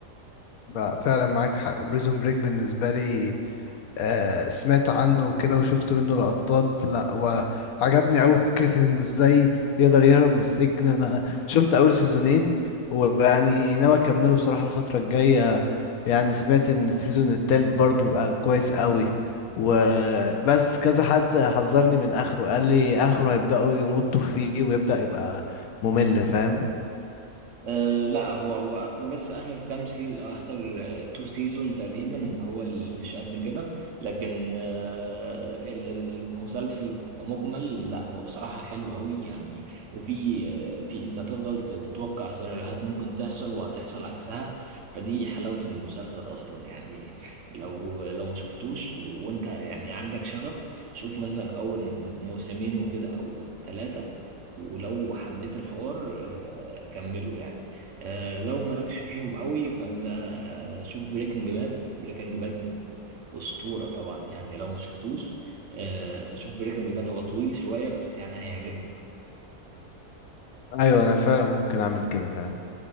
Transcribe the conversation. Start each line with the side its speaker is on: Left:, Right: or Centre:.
Left: بقى فعلا معاك حق بريزون بريك بالنسبة لي آه، سمعت عنه وكده وشفت منه لقطات لا وعجبني قوي فكرة انه ازاي يقدر يهرب من السجن انا شفت اول سيزونين ويعني ناوي اكمله بصراحة الفترة الجاية يعني سمعت ان السيزون التالت برضو يبقى كويس قوي وبس كذا حد حذرني من اخره قال لي اخره هيبدأوا يمطوا فيه ويبدأ يبقى ممل فاهم
Right: أه لا هو هو اخر بس اخر كام سيزون اخر تو سيزون تقريبا هو اللي مش قد كده لكن أه ال- ال- المسلسل كمجمل لا هو بصراحة حلو قوي يعني وفي آه، في انت هتفضل ت- تتوقع سيناريوهات ممكن تحصل وهتحصل عكسها فدي حلاوة المسلسل اصلا يعني لو لو ما شفتوش وانت يعني عندك شغف شوف مثلا اول موسمين وكده او ثلاثة ولو حبيت الحوار آه، كمله يعني آه، لو مالكش فيهم قوي فانت آه، شوف بريكنج باد بريكنج باد أسطورة طبعا يعني لو ما شفتوش آه، شوف بريكنج باد هو طويل شوية بس يعني هيعجبك
Left: ايوه انا فعلا ممكن اعمل كده فعلا